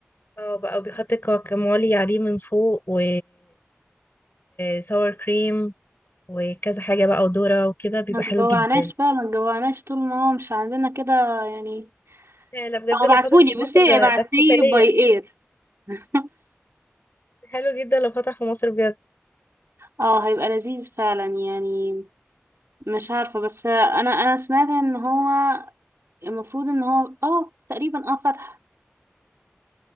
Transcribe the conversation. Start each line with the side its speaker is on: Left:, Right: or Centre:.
Left: اه بقى وبيحط كواكامولي عليه من فوق و ساور كريم وكذا حاجه بقى وذره وكده بيبقى
Right: ما
Left: حلو
Right: تجوعناش
Left: جدا
Right: بقى ما تجوعناش طول ما هو مش عندنا كده يعني
Left: يعني لا بجد
Right: او
Left: لو
Right: ابعتهولي
Left: فتح في مصر
Right: بصي
Left: ده
Right: ابعتيه
Left: ده احتفاليه
Right: باي اير <laughs>
Left: حلو جدا لو فتح في مصر بجد
Right: اه هيبقى لذيذ فعلا يعني مش عارفة بس انا انا سمعت ان هو المفروض ان هو اه تقريبا اه فتح